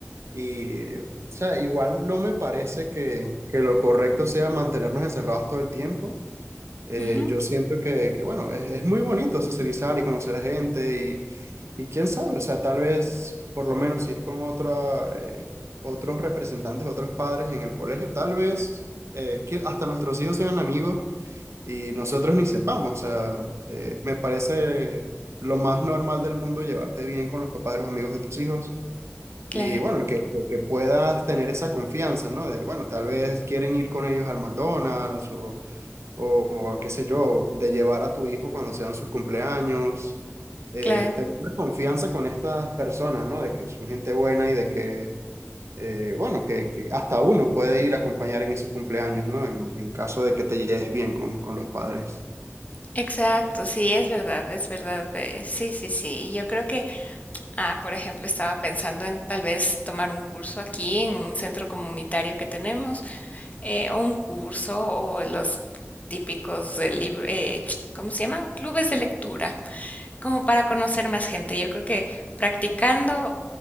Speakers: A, on the right (about 70°); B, on the left (about 30°).
A: Y, o sea, igual no me parece que, que lo correcto sea mantenernos encerrados todo el tiempo. Eh,
B: Ujú,
A: yo siento que, que, bueno, es, es muy bonito socializar y conocer a gente y, y quién sabe, o sea, tal vez, por lo menos si es con otra, eh, otros representantes, otros padres en el colegio, tal vez eh, que hasta nuestros hijos sean amigos y nosotros ni sepamos. O sea, eh, me parece lo más normal del mundo llevarte bien con los papás de los amigos de tus hijos
B: Claro,
A: y bueno, que, que puedas tener esa confianza, ¿no? De, bueno, tal vez quieren ir con ellos al McDonald's o, o, o qué sé yo, de llevar a tu hijo cuando sean sus cumpleaños. Eh,
B: claro.
A: tener la confianza con estas personas, ¿no? De que son gente buena y de que, eh, bueno, que, que hasta uno puede ir a acompañar en esos cumpleaños, ¿no? En, en caso de que te lleves bien con, con los padres.
B: Exacto, sí, es verdad, es verdad. eh, sí, sí, sí. Yo creo que, ah, por ejemplo, estaba pensando en tal vez tomar un curso aquí en un centro comunitario que tenemos eh, o un curso o los típicos de libr- eh, <tsk> ¿cómo se llaman? Clubes de lectura, como para conocer más gente. Yo creo que practicando